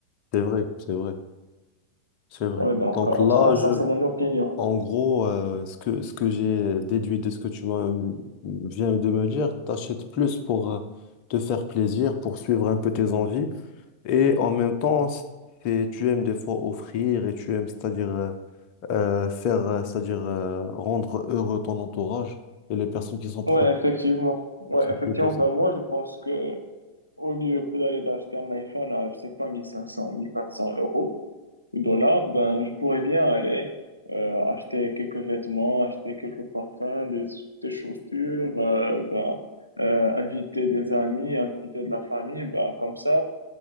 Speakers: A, on the left (about 45°); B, on the left (about 80°).
A: c'est vrai, c'est vrai, c'est vrai.
B: Ouais, donc,
A: Donc
B: euh, en
A: là,
B: soi,
A: je,
B: ça, c'est mon opinion.
A: en gros, euh, ce que, ce que j'ai déduit de ce que tu m'as, viens de me dire, t'achètes plus pour euh, te faire plaisir, pour suivre un peu tes envies, et en même temps, c'est, tu aimes des fois offrir et tu aimes, c'est-à-dire euh, euh, faire, euh, c'est-à-dire euh, rendre heureux ton entourage et les personnes qui sont proches.
B: Ouais, effectivement. Ouais,
A: Donc, C'est
B: effectivement.
A: plutôt ça.
B: Ben, moi, je pense que au lieu d'aller d'acheter un iPhone à, je sais pas, mille cinq cents, mille quatre cents euros ou dollars, ben, je pourrais bien aller euh, acheter quelques vêtements, acheter quelques parfums, des, des chaussures, euh, ben, euh, inviter des amis, inviter de la famille, ben, comme ça.